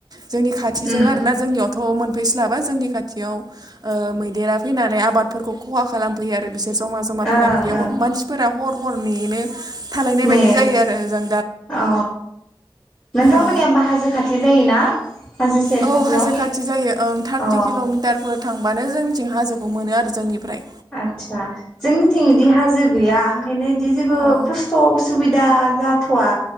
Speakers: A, on the right; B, on the left.
A: जोंनि खाथिजों
B: उम
A: आरोना जोंनियावथ मोन फैस्लाबा, जोंनि खाथियाव ओ मैदेरा फैनानै आबादफोरखौ खहा खालाम फैयो आरो बिसोर जमा जमा
B: ओं
A: फैनानै बेयाव
B: ओं
A: मानसिफोरा हर हर नेनो थालायनाय
B: नै
A: बायदि जायो आरो ओजों
B: अ नोंथांमोननिया
A: औ
B: बा हाजो खाथि जायोना? हाजो सेर
A: औ
B: खाथियाव
A: हाजो खाथि जायो। ओं थार्टि
B: अ
A: किल'मिटारफोर थांबानो जोंथिं हाजो मोनो आरो जोंनिफ्राय।
B: आच्छा, जोंनिथिं इदि हाजो गैया ओंखायनो इदि जेबो
A: अ
B: खस्थ', उसुबिदा जाथ'वा।